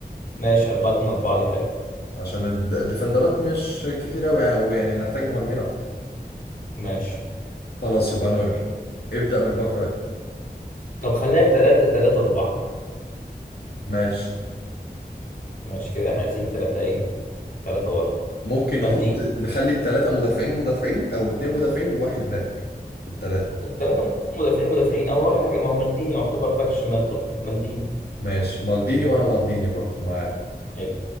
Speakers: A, on the left; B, on the left.
A: ماشي 4 2 4 دي حلوه
B: عشان الد- الديفندرات مش كتير قوي يعني هو يعني هنحتاج مهاجمين اكتر
A: ماشي
B: خلاص يبقى نوير ابدأ من الباك رايت
A: طب خليها 3 3 4
B: ماشي
A: ماشي كده احنا عايزين 3 ايه 3 ورا
B: ممكن
A: مالديني
B: نحط نخلي التلاتة مدافعين مدافعين او اتنين مدافعين وواحد باك في التلاتة
A: الثلاثه مدافعين مدافعين او هقول لك حاجه ما هو مالديني يعتبر باك شمال برضه مالديني
B: ماشي مالديني وانا مالديني برضو معاك
A: حلو